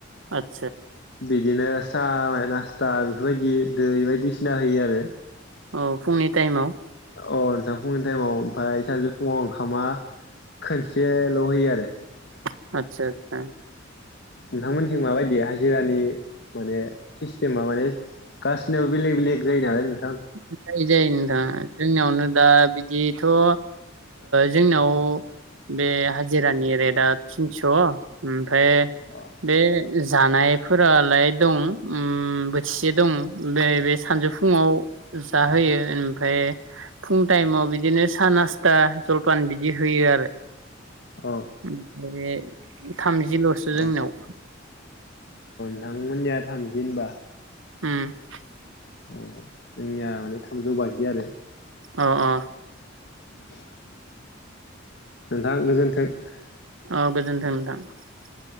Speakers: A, on the right; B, on the left.
A: आत
B: बिदिनो साह बाइ नासता बेफोरबायदि दै बायदिसिना होयो आरो ।
A: औ। फुंनि टाइमाव?
B: अ नोंथां फुंनि टाइमाव ओमफ्राय सानजौ फुङाव ओंखामा खनसेल होयो आरो ।
A: आतसा आथसा ।
B: नोंथांमोनथिं माबायदि हाजिरानि माने सिस्टेमा माने गसिनबो बेलेग बेलेग जायो नालाय नों
A: जायो जायो नोंथां जोंनियावनो दा बिदिथ ओ जोंनाव बे हाजिरानि रेटआ थिनस ओ मफाय
B: अ
A: बे जानायफोरालाय दं उम बोथिसे दं बे बे सानजौफुङाव जाहोयो ओमफफ्राय फुं टाइमाव बिदिनो सान आासथा जलपान बिदि होयो आरो ।
B: अ
A: ओमफ्राय <unintelligible> थामजिलसो जोंनियाव
B: अ नोंथांमोननिया थामजि होनबाबा?
A: उम ।
B: औ। जोंनिया माने थामजौ बाजि आरो ।
A: अ अ।
B: <unintelligible> नोंथा गोजोन्थों <unintelligible>
A: औ गोजोन्थों नोंथां ।